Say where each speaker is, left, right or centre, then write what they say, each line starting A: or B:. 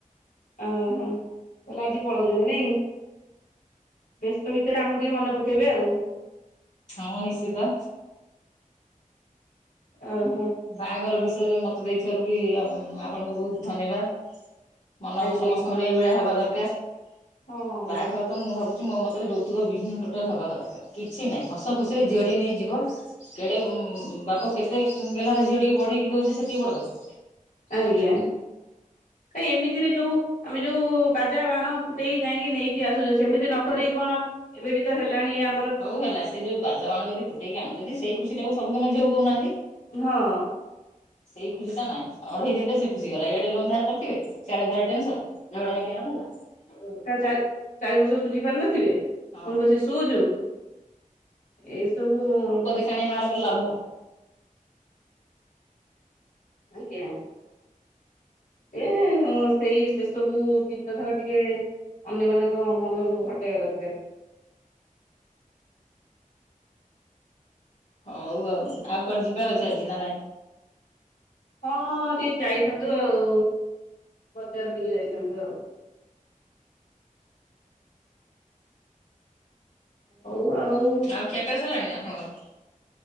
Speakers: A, on the left; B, on the left.
A: ଉଁ ହୁଁ। ତା ହେଲେ ଆଜି ପଳଉଚନ୍ତି ନାଇଁ। ବ୍ୟସ୍ତ ଭିତରେ ଆମକୁ ଟିକେ ମନେ ପକେଇବେ ଆଉ।
B: ହଁ ନିଶ୍ଚିତ।
A: ଓ ହୋ।
B: ବାହାଘର ବିଷୟରେ ମତ ଦେଇଥିବାରୁ ବି ଆପଣଙ୍କୁ ବହୁତ ଧନ୍ୟବାଦ। ମନ
A: ଆଜ୍ଞା
B: ସମସ୍ତଙ୍କର ଏଇ ଭଳିଆ ହବା ଦରକାର।
A: ହଁ
B: ବାହାଘର ତ ମୁଁ ଭାବୁଛି ମୋ ମତ ଯୌତୁକ ବିହୀନ୍ ଟୋଟାଲ ହବା <unintelligible> କିଛି ନାହିଁ ହସ ଖୁସିରେ ଝିଅଟିଏ ନେଇଯିବ। କେଡେ ବାପ କେତେ ଗେହ୍ଲାରେ ଝିଅଟିକୁ ବଢେଇକି ଦଉଛି, ସେତିକି ବଡ କଥା।
A: ଆଜ୍ଞା। କାଇଁ ଏମିତିରେ ଯୋଉ ଆମେ ଯୋଉ ବାଜା ବାଣ ଫୁଟେଇ ଯାଇକି ନେଇକି ଆସୁଚେ। ସେମିତି ନ କରି କଣ, ଏବେ ବି ତ ହେଲାଣି ଆ
B: ହଉ ହେଲା ସେଇ ଯୋଉ ବାଜ ବାଣ ଯଦି ଫୁଟେଇକି ଆଣୁଚନ୍ତି। ସେଇ ଖୁସିଟାକୁ ସବୁଦିନ ଝିଅକୁ ଦଉନାହାନ୍ତି।
A: ହଁ।
B: ସେଇ ଖୁସିଟା ନାଇଁ। ଅଢେଇ ଦିନରେ ସେଇ ଖୁସି ଗଲା। ଇଆଡେ ଲୋନ୍ ଧାର କରିଥିବେ। ସଆଡେ ଘରେ ଟେନସନ୍। ଝଗଡା ଝାଣ୍ଟି ଆରମ୍ଭ ହେଲା। ହେଠୁ
A: ତା
B: ବାହାରିଲେ
A: ଚାରି ଚାରି ବର୍ଷ ସୁଝି ପାରିନଥିବେ
B: ହଁ
A: ପୁଣି ବସିକି ସୁଜୁ। ଏ ସବୁ
B: କାଣିଆ ବାହାର କଲେ ଲାଭ କଁ?
A: ଆଜ୍ଞା। ଏ ହ ସେଇ ସେସବୁ ଚିନ୍ତାଧାରା ଟିକେ ଅନ୍ୟମାନଙ୍କ ମନରୁ ହଟେଇବା ଦର୍କାର।
B: ହୋଉ ଆଉ। ଆଉ କୁଆଡେ ଯିବାର ଅଛି ଆଜି ନା ନାଇଁ?
A: ହଁ ଟିକେ ଯାଇଥାନ୍ତୁ ଆଉ ବଜାର ଟିକେ ଯାଇଥାନ୍ତୁ ଆଉ। ଅ ହୋଉ ଆଉ।
B: ଆଉ ଖିଆପିଆ ସାରିଲାଣି ଆପଣଙ୍କର?